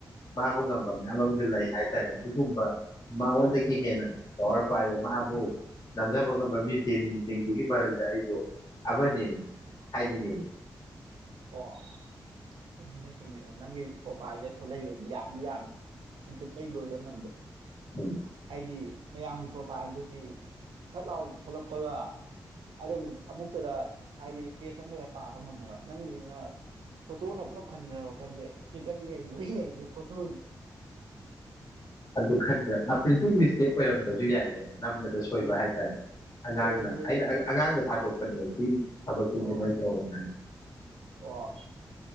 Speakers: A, on the left; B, on the right.
A: ꯃꯥꯕꯨ ꯉꯝꯕ ꯃꯌꯥꯝ ꯑꯃꯗꯤ ꯂꯩ ꯍꯥꯏꯇꯥꯔꯦ ꯑꯗꯨꯒꯨꯝꯕ ꯃꯉꯣꯟꯗꯒꯤ ꯍꯦꯟꯅ ꯄꯋꯥꯔ ꯄꯥꯏꯕ ꯃꯥꯕꯨ ꯅꯝꯊꯕ ꯉꯝꯕ ꯃꯤꯆꯤꯟꯁꯤꯡꯗꯨꯒꯤ ꯃꯔꯛꯇ ꯑꯩꯁꯨ ꯑꯝꯅꯦ ꯍꯥꯏꯅꯤꯡꯉꯦ
B: ꯑꯣ ꯆꯨꯝꯃꯤꯅꯦ ꯆꯨꯝꯃꯤꯅꯦ ꯅꯪꯒꯤ ꯄ꯭ꯔꯣꯐꯥꯜꯁꯤꯗ ꯊꯣꯛꯂꯛꯏꯁꯦ ꯌꯥꯝꯗꯤ ꯌꯥꯝꯃꯤ ꯆꯤꯡꯈꯠꯄꯩ ꯂꯣꯏꯕ ꯉꯝꯗꯦ
A: ꯎꯝ
B: ꯍꯥꯏꯗꯤ ꯃꯌꯥꯝꯒꯤ ꯄ꯭ꯔꯣꯐꯥꯜꯗꯨ ꯍꯥꯏꯗꯤ ꯁꯠ ꯂꯥꯎꯟ ꯊꯣꯛꯂꯛꯄꯒ ꯑꯗꯨꯝ ꯑꯃꯨꯛꯇꯗ ꯍꯥꯏꯗꯤ ꯄꯦꯁ ꯑꯝꯇꯗ ꯄꯥꯕ ꯉꯝꯃꯦꯕ ꯅꯪꯒꯤꯁꯤꯅ ꯐꯣꯇꯣꯅ ꯄꯨꯂꯞ ꯈꯟꯈ꯭ꯔꯕ ꯈꯟꯗꯦ ꯁꯤ ꯀꯜꯂꯤꯉꯩ ꯐꯣꯇꯣ
A: ꯑꯗꯨ ꯈꯟꯗ꯭ꯔꯥ ꯑ ꯄ꯭ꯔꯤꯟꯇꯤꯡ ꯃꯤꯁꯇꯦꯛ ꯑꯣꯏꯔꯝꯕꯁꯨ ꯌꯥꯏꯀꯣ ꯅꯝꯕꯗ ꯁꯣꯏꯕ ꯍꯥꯏꯇꯥꯔꯦ ꯑꯉꯥꯡꯅ
B: ꯑꯣꯏꯔꯝꯗꯣꯏ
A: ꯑꯩꯅ
B: ꯑꯣꯏꯔꯝꯅꯦ
A: ꯑꯉꯥꯡꯗ ꯊꯥꯗꯣꯛꯄꯅꯦꯕ ꯎꯝ ꯊꯕꯛ ꯄꯨꯟꯕ
B: ꯑꯣ
A: ꯅꯣꯏ ꯇꯧꯔꯣ ꯅꯣꯏ
B: ꯑꯣ